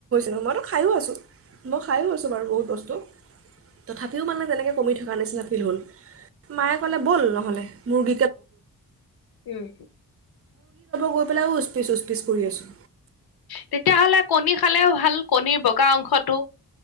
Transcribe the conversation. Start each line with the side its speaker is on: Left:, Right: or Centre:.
Right: মানে? মই তো খাইয়ে আছোঁ। খাইও আছোঁ বাৰু বহুত বস্তু তথাপিও মানে তেনেকে কমি থাকে, <unintelligible> মায়ে ক'লে ব'ল নহ'লে <unintelligible>
Left: উম
Right: গৈ পেলাইও উচপিচ উচপিচ কৰি আছোঁ।
Left: তেতিয়াাহ'লে কণী খালেও ভাল, কণীৰ বগা অংশতটো,